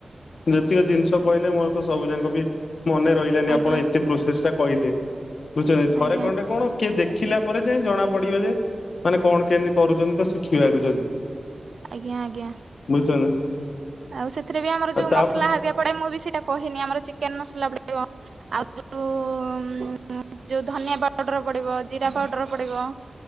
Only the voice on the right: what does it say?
ଆଜ୍ଞା
ଆଜ୍ଞା
ଆଜ୍ଞା ଆଜ୍ଞା।
ଆଉ ସେଥିରେ ବି ଆମର
ଯୋଉ
ମସଲା ହେରିକା ପଡେ ମୁଁ ବି ସେଇଟା କହିନି ଆମର ଚିକେନ ମସଲା ପଡ଼ିବ। ଆଉ ଯୋଉ ଯୋଉ ଧନିଆ ପାଉଡର ପଡିବ ଜିରା ପାଉଡର ପଡିବ।